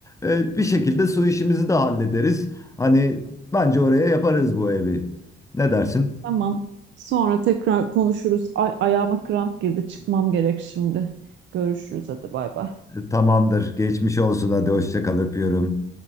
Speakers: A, on the left (about 15°); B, on the right (about 65°).
A: Ee, bir şekilde su işimizi de hallederiz. Hani bence oraya yaparız bu evi. Ne dersin?
B: Tamam. Sonra tekrar konuşuruz. Ay, ayağıma kramp girdi. Çıkmam gerek şimdi. Görüşürüz hadi bay bay.
A: Tamamdır. Geçmiş olsun. Hadi hoşça kal öpüyorum.